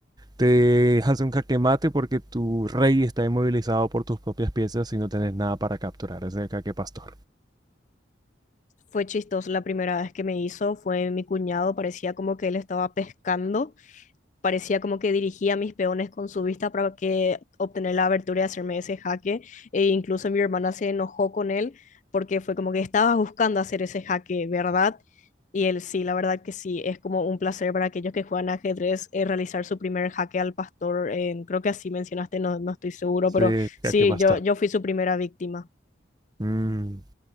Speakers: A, on the right (about 20°); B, on the left (about 40°).
A: te hace un jaque mate porque tu rey está inmovilizado por tus propias piezas y no tenés nada para capturar. Ese jaque pastor.
B: Fue chistoso la primera vez que me hizo, fue mi cuñado, parecía como que él estaba pescando parecía como que dirigía a mis peones con su vista para que obtener la abertura y hacerme ese jaque. E incluso mi hermana se enojó con él porque fue como que estabas buscando hacer ese jaque, ¿verdad? Y él sí, la verdad que sí, es como un placer para aquellos que juegan ajedrez eh, realizar su primer jaque al pastor. eh, creo que así mencionaste, no, no estoy seguro, pero
A: Sí, jaque
B: sí,
A: pastor.
B: yo, yo fui su primera víctima.
A: Mm.